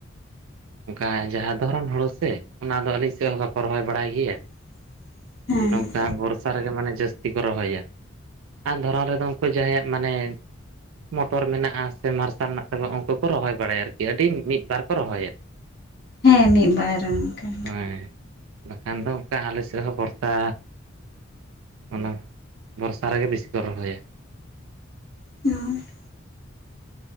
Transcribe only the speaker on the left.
<unintelligible> ᱦᱮᱸ
ᱦᱮᱸ ᱢᱤᱫ ᱵᱟᱨ ᱚᱱᱠᱟ
<unintelligible>